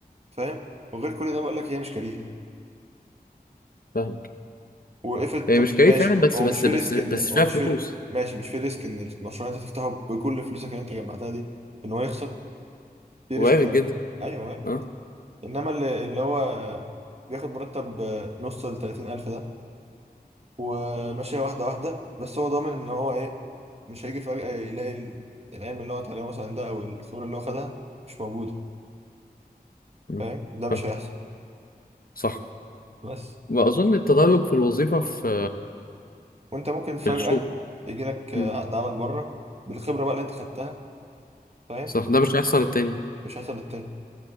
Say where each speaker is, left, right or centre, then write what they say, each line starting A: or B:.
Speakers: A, on the right; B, on the left.
A: فاهم وغير كل ده بقول لك هي مش كارير
B: فاهمك
A: وقفت
B: هي
A: طب
B: مش كيف
A: ماشي
B: فعلا بس
A: هو
B: بس
A: مش في
B: بس
A: ريسك
B: بس
A: ان
B: فيها
A: هو مش
B: فلوس
A: في ماشي مش في ريسك ان المشروع اللي انت تفتحه بكل فلوسك اللي انت جمعتها دي ان هو يخسر في
B: وارد
A: ريسك ولا
B: جدا
A: لا؟ ايوه
B: اه
A: انما اللي, اللي هو بياخد مرتب نص ل 30000 ده وماشيه واحده واحده بس هو ضامن ان هو ايه مش هيجي فجاه يلاقي ال- العلم اللي هو اتعلمه مثلا ده او الخبره اللي هو خدها مش موجوده
B: م.
A: فاهم ده مش
B: فاهم.
A: هيحصل
B: صح
A: بس
B: واظن التدرج في الوظيفة في
A: وانت ممكن فجاه
B: في الشغل
A: يجي لك
B: م.
A: عقد عمل بره بالخبره بقى اللي انت خدتها فاهم
B: صح ده مش هيحصل التاني
A: مش هيحصل للتاني